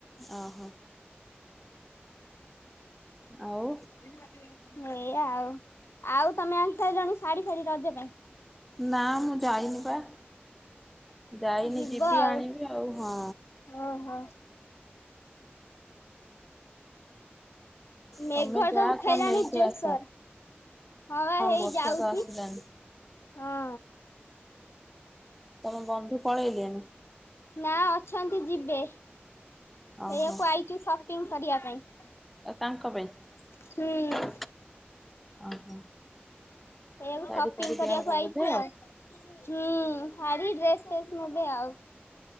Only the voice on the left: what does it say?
ଏୟା ଆଉ ଆଉ ତମେ ଆଣି ସାରିଲଣି ଶାଢୀ ଫାଢୀ ରଜ ପାଇଁ?
ଯିବ
ଆଉ।
ଓହୋ। ମେଘ
ତ ଉଠେଇଲାଣି
ଜୋର୍
ସର୍। ହଁ ବା ହେଇ
ଯାଉଚି
ହଁ।
ନା ଅଛନ୍ତି ଯିବେ
ଏୟାକୁ ଆଇଛୁ ସପିଂ କରିବା ପାଇଁ।
ହୁଁ
ସେଇଆକୁ
ସପିଙ୍ଗ
କରିବାକୁ
ଆଇଚୁ
ଆଉ ହୁଁ ଶାଢ଼ୀ ଡ୍ରେସ୍ <unintelligible> ନେବେ ଆଉ।